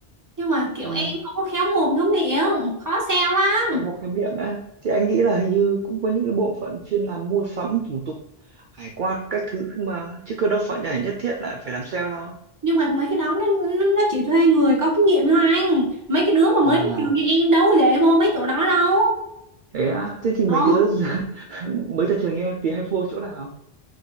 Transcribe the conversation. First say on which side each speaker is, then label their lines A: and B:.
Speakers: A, on the right; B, on the right.
A: nhưng mà kiểu
B: Ừ.
A: em không có khéo mồm khéo miệng khó sale lắm
B: Trong bộ khám nghiệm á. Thì anh nghĩ là hình như cũng có những cái bộ phận chuyên làm mua sắm, thủ tục, hải quan, các thứ mà. Chứ cơ đâu phải nhảy nhất thiết là phải làm sale đâu.
A: nhưng mà mấy cái đó nó, nó nó chỉ thuê người có kinh nghiệm thôi anh mấy cái đứa mà mới
B: À,
A: ra trường như em đâu để vô mấy chỗ đó đâu
B: Thế á, thế thì
A: Ờ
B: mấy đứa <laughs> mới ra trường như em thì hay vô chỗ nào?